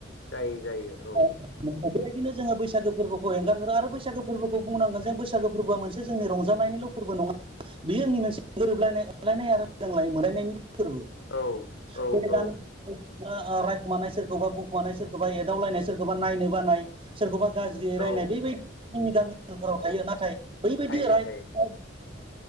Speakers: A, on the left (about 75°); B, on the right (about 30°).
A: जायो जायो औ
B: आरो <unintelligible> <unintelligible> बेबायदिनो बैसागो फोर्बोखौ एंगार हरो आरो बैसागो फोर्बोखौ बुंनांगोन जों बैसागो फोर्बोआ मोनसे जोंनि रंज जानायनिल' फोर्बो नङा बेयो <unintelligible> गोरोबलायनाय अनलायनाय आरो <unintelligible> फोर्बो।
A: औ
B: <unintelligible>
A: औ औ
B: <unintelligible> ओ रायखुमानाय सोरखौबा बुखुमानाय सोरखौबा एदावलायनाय सोरखौबा नायनो बानाय सोरखौबा गाज्रियै रायनाय
A: औ
B: बेबाय <inaudible> जोंनि गामि ओनोलफोराव थायो नाथाय बैबायदि
A: थायो
B: राइ
A: थायो
B: <unintelligible>